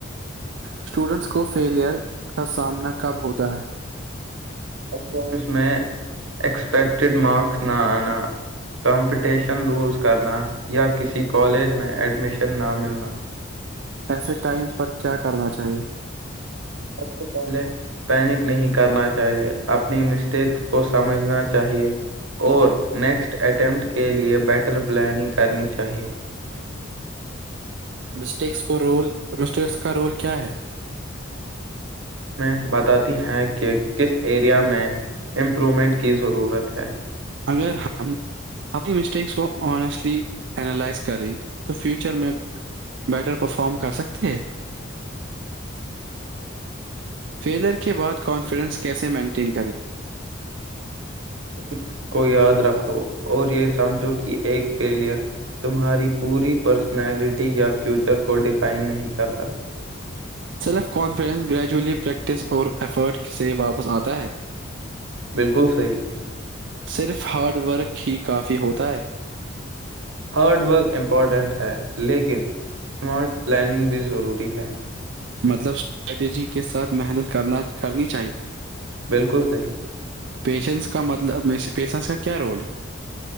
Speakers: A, on the right; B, on the right.
A: اسٹوڈنٹس کو فیلیئر کا سامنا کب ہوتا ہے
B: اکاؤنٹس میں ایکسپیکٹیڈ مارکس نہ آنا کمپٹیشن لوز کرنا یا کسی کالج میں ایڈمیشن نہ ملنا
A: ایسے ٹائم پر کیا کرنا چاہیے
B: سب سے پہلے پینک نہیں کرنا چاہیے اپنی مسٹیکس کو سمجھنا چاہیے اور نیکسٹ اٹیمپٹ کے لیے بیٹر پلاننگ کرنی چاہیے
A: مسٹیکس کو رول مسٹیکس کا رول کیا ہے
B: ہم میں بتاتی ہیں کہ کس ایریا میں امپرومنٹ کی ضرورت ہے
A: اگر ہم اپنی مسٹیکس کو آنیسٹلی اینالائز کرے تو فیوچر میں بیٹر پرفارم کر سکتے ہیں فیلر کے بعد کانفیڈنس کیسے مینٹین کرے
B: اس کو یاد رکھو اور یہ سمجھو کہ ایک فیلئر تمہاری پوری پرسنالٹی یا فیوچر کو ڈیفائن نہیں کرتا
A: سیلف کانفیڈنس گریجولی پریکٹس اور ایفرٹ سے واپس آتا ہے
B: بالکل صحیح
A: صرف ہارڈ ورک ہی کافی ہوتا ہے
B: ہارڈ ورک امپورٹنٹ ہے لیکن اسمارٹ پلاننگ بھی ضروری ہے
A: مطلب اسٹریٹجی کے ساتھ محنت کرنا کرنی چاہیے
B: بالکل صحیح
A: پیشنس کا مطلب پیشنس کا کیا رول ہے